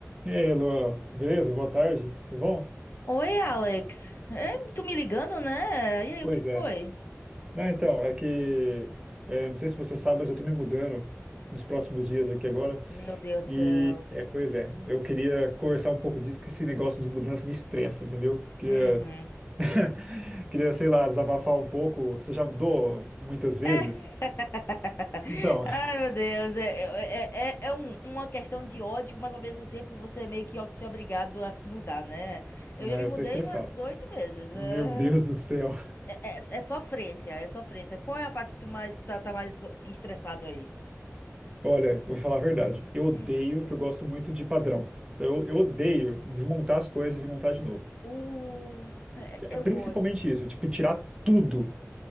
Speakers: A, on the right (about 15°); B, on the left (about 45°).
A: E aí, Luana, beleza? Boa tarde. Tudo bom?
B: Oi, Alex. É, tu me ligando, né? E aí,
A: Pois
B: o que que
A: é.
B: foi?
A: Não, então, é que é, não sei se você sabe, mas eu tô me mudando nos próximos dias aqui agora.
B: Meu Deus do
A: E
B: céu.
A: é, pois é, eu queria conversar um pouco disso, que esse negócio de mudança me estressa, entendeu? Queria,
B: Uhum.
A: <laughs> queria, sei lá, desabafar um pouco. Você já mudou muitas vezes?
B: É. <laughs>
A: Então,
B: Ai, meu Deus. É, é, é, é é um- uma questão de ódio, mas ao mesmo tempo você é meio que ó- se é obrigado a se mudar, né? Eu
A: é,
B: já me mudei
A: eu tô estressado.
B: umas oito vezes. É,
A: Meu Deus do céu.
B: é, é, é sofrência, é sofrência. Qual é a parte que tu mais tá, tá mais estressado aí?
A: Olha, eu vou falar a verdade. Eu odeio,
B: Hum.
A: que eu gosto muito de padrão. Então, eu, eu odeio desmontar as coisas e montar de novo.
B: Uh, é,
A: É
B: é
A: principalmente
B: o ódio.
A: isso, tipo, tirar tudo,